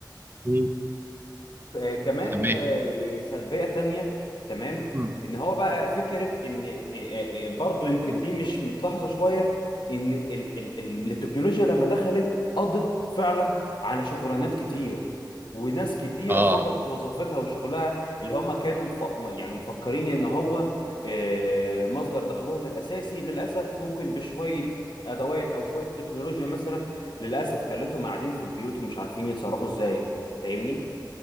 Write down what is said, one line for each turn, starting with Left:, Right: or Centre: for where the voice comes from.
Right: مم.
Left: آه، كمان
Right: تمام
Left: آه، سلبية تانية تمام
Right: مم.
Left: ان هو بقى فكرة ان آه، آه، آه، برضو يمكن دي مش متلاحظة شوية ان ال- ال- ال- التكنولوجيا لما دخلت قضت فعلا على شغلانات كتير وناس كتيرة
Right: اه
Left: فقدت وظيفتها وشغلها اللي هم كانوا مف... يعني مفكرين ان هو آه، مصدر دخلهم الاساسي للأسف ممكن بشوية ادوات او شوية تكنولوجيا مثلا للأسف خلتهم قاعدين في البيوت ومش عارفين يتصرفوا ازاي فاهمني؟